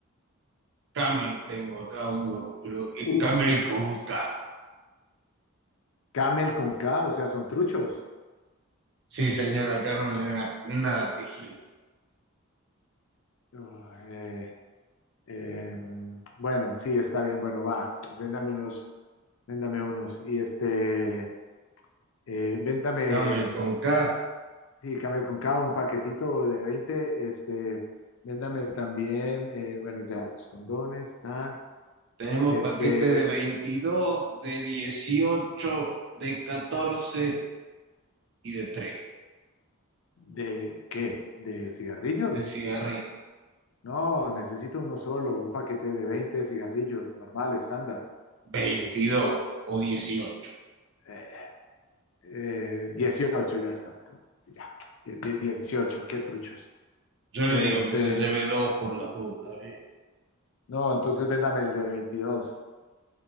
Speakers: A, on the right; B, on the left.
A: Camel tengo acá uno, pero es
B: Uh,
A: Camel con K.
B: Camel con K, o sea, son truchos.
A: Sí, señora, acá no le da nada original.
B: Uh, eh, eh, bueno, sí, está bien, bueno, va. Véndame unos, véndame unos. Y este... eh, véndame,
A: Camel con K,
B: sí, Camel con cada un paquetito de 20, este, véndame también, eh, bueno, ya los condones, están,
A: tenemos
B: este,
A: paquete de 22, de 18, de 14 y de 3
B: ¿de qué? ¿De cigarrillos?
A: de cigarrillo.
B: No, necesito uno solo, un paquete de 20 cigarrillos, normal, estándar.
A: veintidós o 18.
B: Eh, eh, 18, ya está, Sí, ya, de 18, qué truchos.
A: Yo
B: Este,
A: le digo que se lleve dos por las dudas, ¿eh?
B: no, entonces véndame el de veintidós.